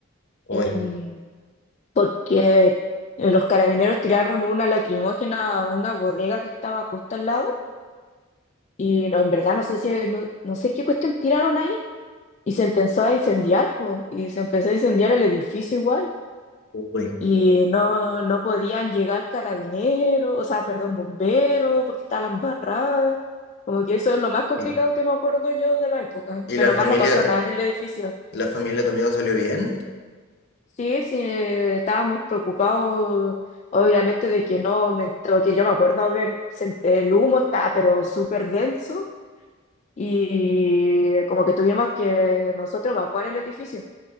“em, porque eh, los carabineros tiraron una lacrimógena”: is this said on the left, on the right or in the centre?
Left